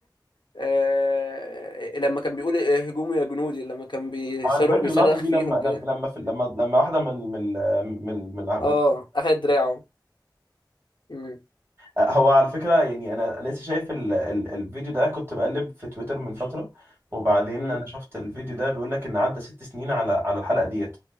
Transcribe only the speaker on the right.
آه، انا فاكر
اللقطه دي
لما لما
لما في لما لما واحده من من من من, من, من,
من,
هو على فكرة يعني أنا أنا لسه شايف ال ال الفيديو ده كنت بقلب في تويتر من فترة وبعدين
أنا شفت الفيديو ده بيقول لك إن عدى ست سنين على على الحلقة ديت